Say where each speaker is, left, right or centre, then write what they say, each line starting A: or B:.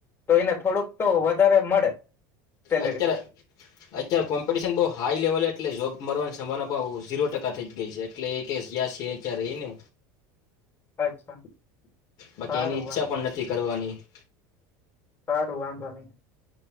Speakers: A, on the left (about 25°); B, on the left (about 50°).
A: તો એને થોડુંક તો વધારે મળે. સેલેરી
B: અત્યારે-અત્યારે કોમ્પિટિશન બહુ હાઈ લેવલ એટલે જોબ મરવાની સંભના પણ ઝીરો ટકા થઈ જ ગઈ છે, એટલે એ કે જ્યાં છે ત્યાં રે ને
A: અચ્છા
B: બાકી
A: સારું
B: એની ઈચ્છા
A: વા
B: પણ નથી કરવાની. <inaudible>
A: સારું વાંધો નહી